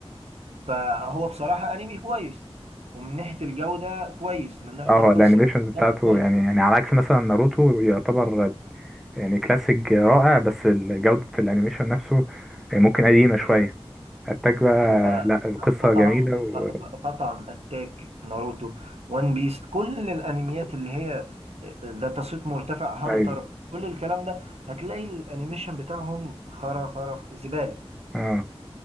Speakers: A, on the right; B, in the centre.
A: فهو بصراحه انمي كويس ومن ناحيه الجوده كويس من ناحيه
B: آه
A: القصه
B: هو الأنيميشنز بتاعته
A: لا كويس
B: يعني يعني على عكس مثلا ناروتو يعتبر يعني كلاسيك رائع بس ال- جودة الأنيميشن نفسه ممكن قديمة شوية أتاك بقى
A: هو
B: لا القصة
A: قطعا
B: جميلة و...
A: قطعا اتاك ناروتو وان بيس كل الانميات اللي هي ذات صيت مرتفع هانتر
B: أيوه
A: كل الكلام ده هتلاقي الانيميشن بتاعهم خرا خرا زباله
B: آه